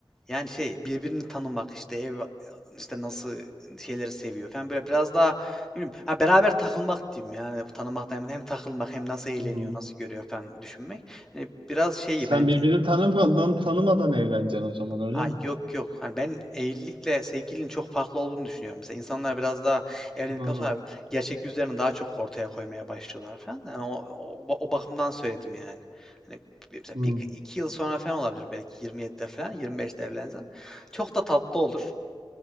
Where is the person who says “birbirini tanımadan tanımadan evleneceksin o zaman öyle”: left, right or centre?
Right